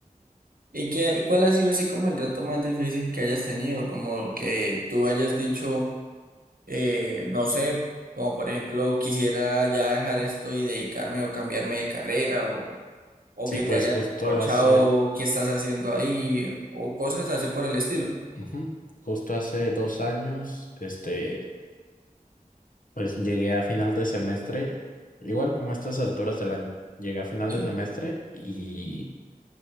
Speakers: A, on the right (about 75°); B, on the left (about 65°).
A: ¿Y qué, y cuál ha sido así como el reto más difícil que hayas tenido? Como que tú hayas dicho, eh, no sé, como por ejemplo, quisiera ya dejar esto y dedicarme o cambiarme de carrera o, o
B: Sí,
A: que
B: pues
A: te hayas
B: justo
A: escuchado
B: hace,
A: qué estás haciendo ahí o cosas así por el estilo.
B: Ujú. Justo hace dos años, este, pues llegué a final de semestre, igual como a estas alturas del año, llegué a final
A: Sí,
B: de semestre y